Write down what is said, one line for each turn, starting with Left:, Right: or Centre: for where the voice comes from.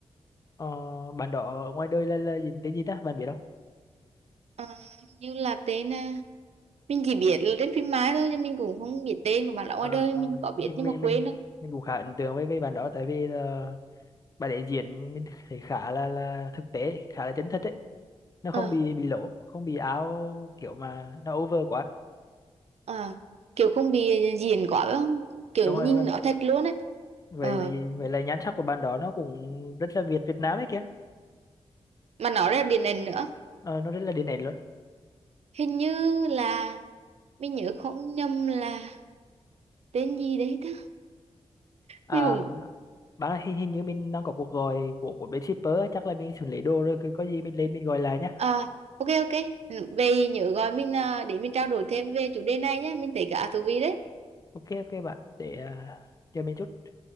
Left: ờ, bạn đó ở ngoài đời là là diễn viên gì ta bạn biết không
Right: Ờ, như là tên ờ, mình chỉ biết là trên phim Mai thôi nhưng mình cũng không biết tên của bạn lão
Left: Ờ,
Right: ngoài đời
Left: ờ,
Right: mình có
Left: mình
Right: biết nhưng
Left: mình
Right: mà
Left: mình
Right: quên đâu
Left: mình cũng khá ấn tượng với với bạn đó tại vì là bạn ấy diễn mình thấy khá là là thực tế khá là chân thật ấy nó không
Right: ờ
Left: bị bị lỗ không bị áo kiểu mà nó over quá
Right: ờ kiểu không bị diễn quá phải không kiểu
Left: đúng rồi
Right: nhìn
Left: đúng rồi
Right: nó thật luôn ấy
Left: vậy
Right: ờ
Left: vậy vậy là nhan sắc của bạn đó nó cũng rất là Việt Việt Nam ấy kìa
Right: mà nó ra điện ảnh nữa
Left: Ờ, nó rất là điển hình luôn
Right: hình như là mình nhớ không nhầm là tên gì đấy ta
Left: à
Right: mình cũng
Left: bạn ơi, hình, hình như mình đang có cuộc gọi của của bên shipper á, chắc là mình xử lý đồ rồi cứ có gì mình lên mình gọi lại nhá
Right: ờ ok ok về nhớ gọi mình à, để mình trao đổi thêm về chủ đề này nhé mình thấy khá thú vị đấy
Left: ok ok bạn để uh, chờ mình chút